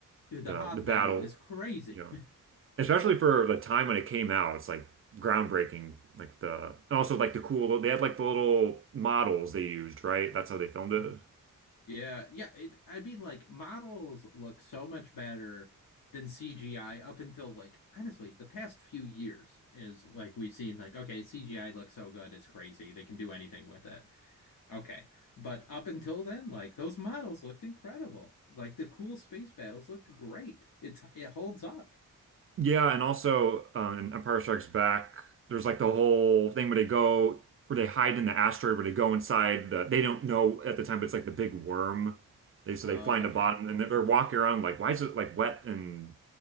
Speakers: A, on the left (about 80°); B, on the right (about 40°).
A: Dude, the
B: the
A: Hoth
B: the battle,
A: battle is crazy.
B: you know especially for the time when it came out, it's like groundbreaking. Like the, and also like the cool, they had like the little models they used, right? That's how they filmed it.
A: <laughs> Yeah, yeah. It, I mean, like models look so much better than CGI up until like honestly, the past few years is like we've seen like okay, CGI looks so good, it's crazy. They can do anything with it. Okay, but up until then, like those models looked incredible. Like the cool space battles looked great. It it holds up.
B: Yeah, and also um, in Empire Strikes Back, there's like the whole thing where they go, where they hide in the asteroid, where they go inside the, they don't know at the time, but it's like the big worm. They so
A: Oh,
B: they find
A: that's
B: the bottom,
A: right.
B: and they're walking around like, why is it like wet and